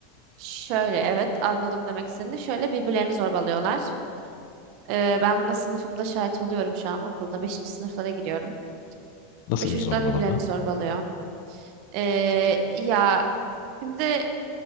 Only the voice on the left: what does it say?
Nasıl
bir zorbalama?